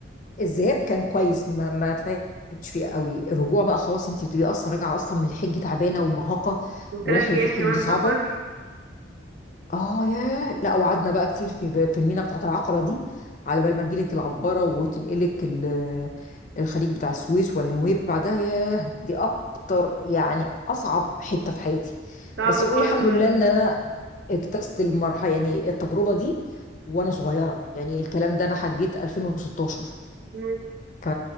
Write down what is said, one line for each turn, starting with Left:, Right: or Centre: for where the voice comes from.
Left: الذهاب كان كويس ما, ما تعبتش فيه قوي الرجوع بقى خلاص انت بتبقي اصلا راجعه اصلا من الحج تعبانه ومرهقه
Right: وثلاث
Left: ورحله
Right: ايام
Left: الحج
Right: كمان
Left: دي صعبه
Right: سفر
Left: اه ياه لا وقعدنا بقى كتير في في المينا بتاعت العقبة دي على بال ما تجيلك العبارة وتنقلك ال- الخليج بتاع السويس ولا نويبع ده ياه دي اكتر يعني اصعب حتة في حياتي
Right: صعب
Left: بس
Right: خالص
Left: قولي الحمد
Right: فعلا
Left: لله ان انا اجتزت المرحلة يعني التجربة دي وانا صغيرة يعني الكلام ده انا حجيت 2016
Right: مم.
Left: ف...